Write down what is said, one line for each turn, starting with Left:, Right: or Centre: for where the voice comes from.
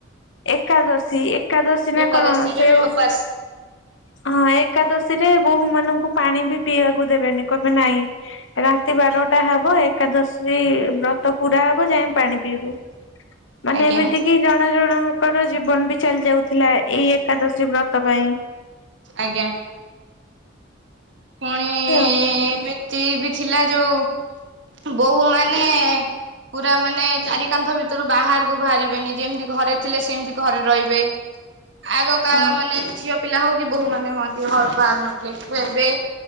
Left: ଏକାଦଶୀ ଏକାଦଶୀ ନା
Right: ଏକାଦଶୀରେ
Left: କଣ ସେ
Right: ବି
Left: ଓଷ
Right: ଉପାସ
Left: ହଁ ଏକାଦଶୀ ରେ ବୋହୂ ମାନଙ୍କୁ ପାଣି ବି ପିଇବାକୁ ଦେବେନି କହିବେ ନାଇଁ। ରାତି ବାରଟା ହବ ଏକାଦଶୀ ବ୍ରତ ପୁ ପୁରା ହବ ଯାଇ ପାଣି ପିଇବୁ ମାନେ
Right: ଆଜ୍ଞା
Left: ଏମିତି କି ଜଣ ଜଣଙ୍କର ଜୀବନ ବି ଚାଲି ଯାଉଥିଲା ଏଇ ଏକାଦଶୀ ବ୍ରତ ପାଇଁ।
Right: ଆଜ୍ଞା। ପୁଣି ଏମିତି
Left: ଆଉ
Right: ବି ଥିଲା ଯୋଉ ବୋହୂ ମାନେ ପୁରା ମାନେ ଚାରି କାନ୍ଥ ଭିତରୁ ବାହାରକୁ ବାହାରିବେନି ଯେମିତି ଘରେ ଥିଲେ ସେମିତି ଘରେ ରହିବେ। ଆଗ କାଳ
Left: ହଁ।
Right: ମାନେ ଝିଅ ପିଲା ହଉ କି ବୋ ମାନେ ହୁଅନ୍ତି ଏବେ